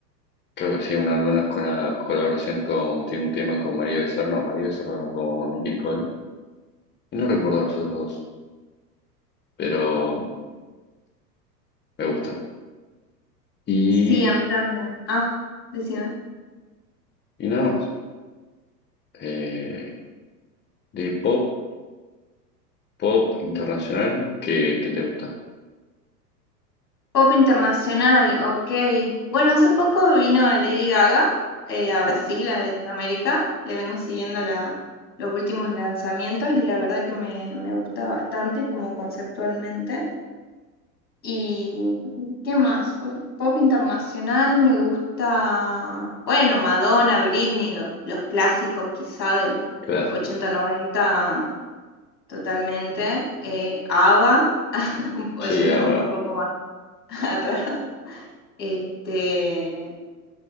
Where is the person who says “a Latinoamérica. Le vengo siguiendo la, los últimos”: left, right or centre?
Left